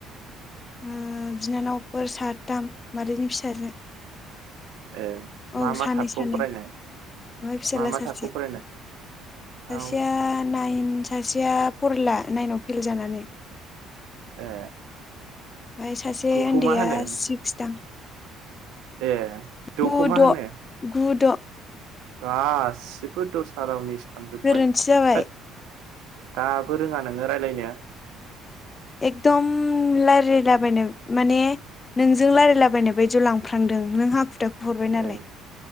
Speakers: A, on the left (about 30°); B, on the right (about 80°).
A: ओम बिनानावफोर साथाम मादैनि फिसाजो।
B: ए
A: औ
B: मा मा
A: सानै
B: थाखोआव
A: सानै
B: फरायनाय
A: ओमफ्राय फिसाज्ला
B: मा मा
A: सासे
B: थाखोआव फरायनाय
A: सासेया
B: औ
A: नाइन सासेया फरला नाइनाव फेल जानानै
B: ए
A: ओमफ्राय सासे
B: गुखौ
A: उन्दैया
B: मा होनो
A: सिक्स दां
B: ए द'खौ
A: गु
B: मा
A: द'
B: होनो
A: गु द'
B: गासिबो दस्रा रावनि थांजोबबाय
A: गोरोन्थि जाबाय
B: थोद दाबो रोङा नोङो राय्लायनो।
A: एकदम रायलायलाबायनो माने नोंजों रायलायलाबायनाय बायदियाव लांफ्रांदों नों हाखु दाखु हरबाय
B: ए
A: नालाय